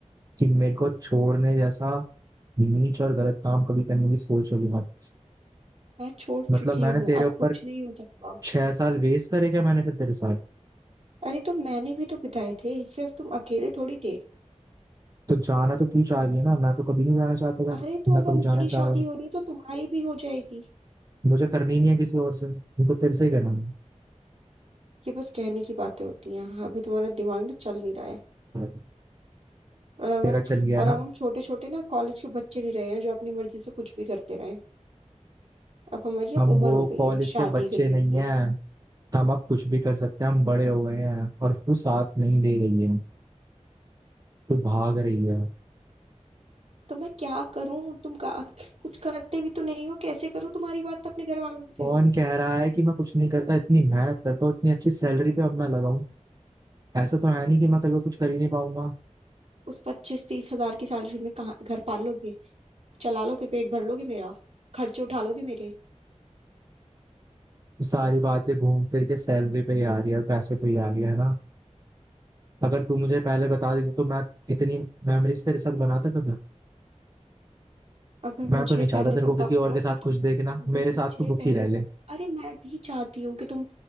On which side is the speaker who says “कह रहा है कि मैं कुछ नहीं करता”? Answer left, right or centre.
Right